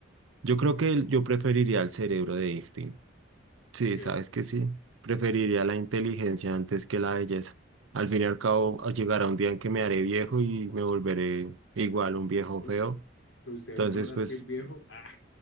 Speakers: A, on the right; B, on the left.
A: yo creo que el- yo preferiría el cerebro de Einstein. Sí,
B: Ok.
A: sabes que sí. Preferiría la inteligencia antes que la belleza. Al fin y al cabo, a- llegará un día en que me haré viejo y me volveré igual un viejo
B: Uy,
A: feo.
B: Pero usted
A: Entonces,
B: ha visto a Brad
A: pues,
B: Pitt viejo. Ah.